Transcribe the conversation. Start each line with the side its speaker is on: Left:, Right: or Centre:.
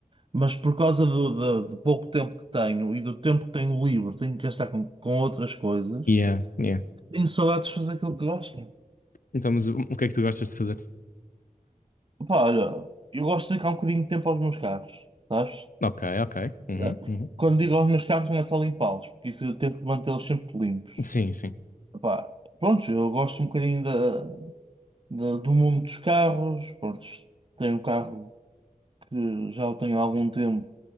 Right: mas por causa do, do- do pouco tempo que tenho e do tempo que tenho livre, tenho que gastar com, com outras coisas.
Left: Yeah, yeah.
Right: Tenho saudades de fazer aquilo que gosto.
Left: Então, mas o, o que é que tu gostas de fazer?
Right: Opá, olha, eu gosto de dedicar um bocadinho de tempo aos meus carros, sabes?
Left: Ok, ok. Uhum,
Right: Não.
Left: uhum.
Right: Quando digo aos meus carros, não é só limpá-los, porque isso eu tento mantê-los sempre limpos.
Left: Sim, sim.
Right: Epá, pronto, eu gosto um bocadinho da, da- do mundo dos carros. Pronto, tenho um carro que já o tenho há algum tempo,